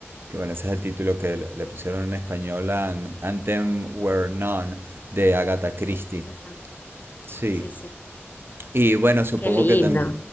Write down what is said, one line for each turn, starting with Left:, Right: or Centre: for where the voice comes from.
Right: que bueno, ese es el título que le, le pusieron en español a An- Anthem Were None de Agatha Christie.
Left: Ajá,
Right: Sí.
Left: Sí, sí.
Right: Y bueno, supongo
Left: Qué lindo.
Right: que también...